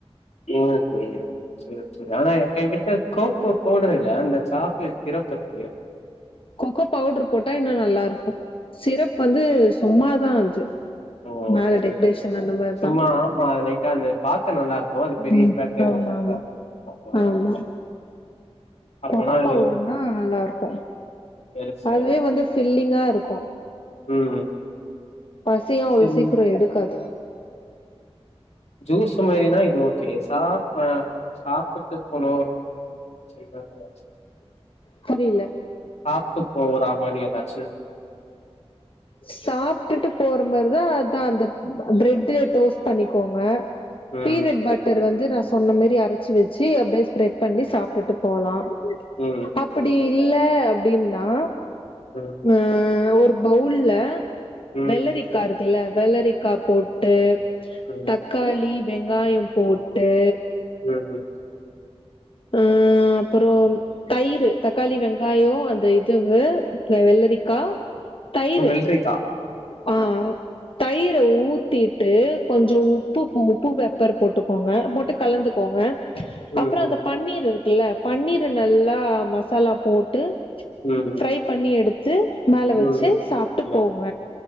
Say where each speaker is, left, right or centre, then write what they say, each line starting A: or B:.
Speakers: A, on the left (about 85°); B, on the left (about 55°).
A: <unintelligible> சேரி சேரி ஆனா என்கிட்ட கோகோ பவுடர் இல்ல அந்த சாக்லேட் சிறப் இருக்கு
B: கொக்கோ பவுடர் போட்டா இன்னு நல்லாருக்கும் சிரப்
A: அது
B: வந்து சும்மாதா அது
A: ஓ
B: மேல
A: சரி
B: டெக்கரேஷன்
A: சரி
B: அந்த மாரி
A: சும்மா
B: தா
A: ஆமா அது லைட்டா அது பாக்க நல்லா இருக்கு அது பெரிய
B: ம்
A: இம்பாக்ட் எதுவு
B: ஆமாமா
A: குடுக்காது அது
B: ஆமா
A: கரெக்ட். அப்பனா
B: கொக்கோ பவுடருனா
A: எ
B: நல்லாருக்கும்
A: பெருசா
B: அதுவே
A: இருக்கும்.
B: வந்து ஃபில்லிங்கா இருக்கும்
A: ம்
B: பசியோ அவ்ளோ
A: சரி
B: சீக்கிர எடுக்காது
A: ஜூஸ் மாரினா இது ஓகே சாப்பா சாப்புட்டு போனு செய்வாங்களா
B: புரில
A: சாப்ட்டு போறா மாரி எதாச்சு
B: சாப்ட்டுட்டு போற மாரிதா அதா அந்த பிரெட் டோஸ்ட் பண்ணிக்கோங்க
A: ம்
B: பீனட் பட்டர் வந்து நா சொன்ன மேரி அரச்சு வச்சி அப்டே ஸ்ப்ரெட் பண்ணி சாப் ட்டுட்டு போலா
A: ம்
B: அப்டி இல்ல அப்டின்னா
A: உம்
B: ஆ ஒரு பவுல்ல
A: ம்
B: வெள்ளரிக் இருக்கல்ல வெள்ளரி கா போட்டு
A: ம்
B: தக்காளி வெங்காயம் போட்டு
A: உம் உம்
B: ஆ அப்புறோ தயிர் தக்காளி வெங்காயோ அந்த இதுவு வெள்ளரிக்கா தயிரு
A: அ வெள்ளரிக்கா
B: ஆ தயிர ஊத்திட்டு கொஞ்சோ உப்பு உப்பு பெப்பர் போட்டுக்கோங்க போட்டு கலந்து போங்க
A: ம்
B: அப்புறோ அந்த பன்னீர் இருக்குல்ல பன்னீர நல்லா மசாலா போ ட்டு
A: ம் ம்
B: ஃப்ரை பண்ணி எடுத்து மேல
A: ம்
B: வச்சு
A: ம்
B: சாப்ட்டு
A: ம்
B: போங்க